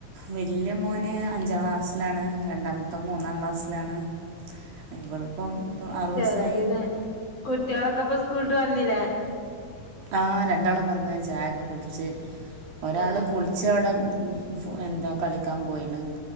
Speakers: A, on the right; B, on the left.
A: വലിയ മോന് അഞ്ചാം ക്ലാസ്സിലാണ് രണ്ടാമത്തെ മൂന്നാം ക്ലാസ്സിലാണ് ഇവളിപ്പം അറുപത്
B: ചെറുതിനെ
A: ദിവസമായി
B: കുട്ടികളൊക്കെ ഇപ്പൊ സ്കൂളിട്ട് വന്നില്ലേ
A: ആ രണ്ടാളും വന്ന് ചായയൊക്കെ കുടിച്ച് ഒരാള്
B: ആഹ്
A: കുളിച്ച് അവിടെ മ് എന്താ കളിക്കാൻ പോയിണ്